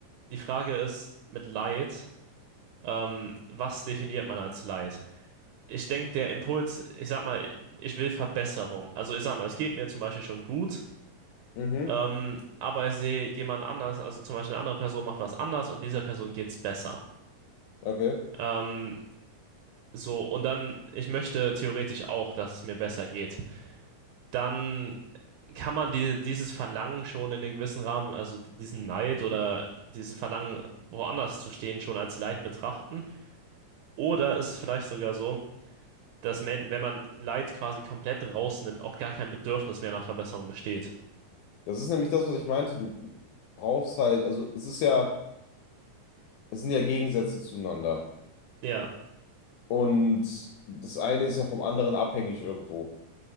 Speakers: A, on the right; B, on the left.
A: die Frage ist, mit Leid, ähm, was definiert man als Leid? ich denke, der Impuls, ich sag mal, ich will Verbesserung. Also ich sag mal, es geht mir zum Beispiel schon gut,
B: mhm,
A: ähm, aber ich sehe jemand anders, also zum Beispiel eine andere Person macht was anders und dieser Person geht's besser.
B: okay.
A: Ähm, so, und dann, ich möchte theoretisch auch, dass es mir besser geht. Dann kann man diese, dieses Verlangen schon in einem gewissen Rahmen, also diesen Neid oder dieses Verlangen, woanders zu stehen, schon als Leid betrachten. Oder ist es vielleicht sogar so, dass man, wenn man Leid quasi komplett rausnimmt, auch gar kein Bedürfnis mehr nach Verbesserung besteht.
B: Das ist nämlich das, was ich meinte. Du brauchst halt, also es ist ja, es sind ja Gegensätze zueinander.
A: Ja,
B: Und das eine ist ja vom anderen abhängig irgendwo.